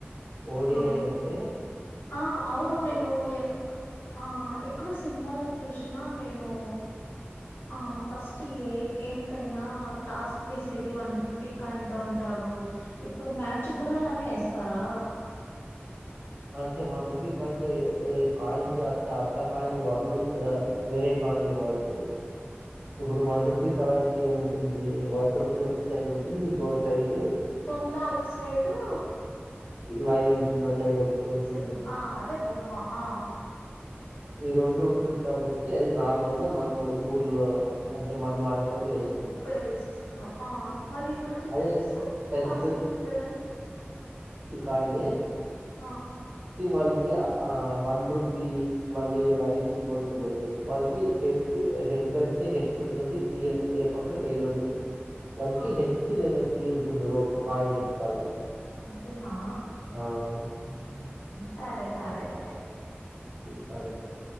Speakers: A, on the right; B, on the left.
A: ఓడిఐ
B: ఆ
A: అంటె
B: ఆ అవును నేను ఎక్ ఆ ఎక్కడో సినిమాలో చూసినా నేను ఆ ఫస్ట్ ఫస్ట్ ఏ గేమ్ కైనా టాస్క్ వేసేది వన్ రూపీకాయిన్ తో ఉంటారు ఇప్పుడు మ్యాచ్ కూడా అలానే వేస్తారా
A: అంటే వన్ రూపీ కాయిన్తో కాయిన్తో అ అత్తా కాయిన్లు వాడరు ఇక్కడ వేరే కాయిన్లు వాడతారు ఇప్పుడు వన్ రుపీ కాయిన్కి ఏము ఉంటుంది వన్ రుపీ ఒక సైడ్ ఉంటుంది ఇంకోొక సైడ్
B: బొమ్మ ఒక సైడు
A: లయన్స్ ఉన్న సైడ్ ఒకటి ఉంటుంది
B: న్ ఆ అదే బొమ్మా ఆ
A: ఈ రెండు ఉంటుంది కాబట్టి అది నార్మల్ గా మనము ఊర్లో అంటే మనం ఆడేటప్పుడు వేసుకు
B: ఉపయోగిస్తాం ఆ మరి ఇప్పుడు క్రికెటర్స్
A: అదే పెద్ద
B: టాస్క్ చేయడానికి
A: కాయలే
B: ఆ
A: వాళ్ళకి ఆ వన్ రుపీ మళ్ళీ లయన్ సింబల్స్ ఉండదు వాళ్ళకి హెడ్ హెడ్ అంటే హెచ్ ఉంటుంది టీ అంటే పక్క టైల్ ఉంటుంది వాల్కి
B: ఆ
A: హేచ్ లేదా టీ ఉంటుంది మీరు ఒక కాయిన వెనకాల
B: ఆ అంతేనా
A: అవును.
B: సరే సరే అయితే
A: సరే సరే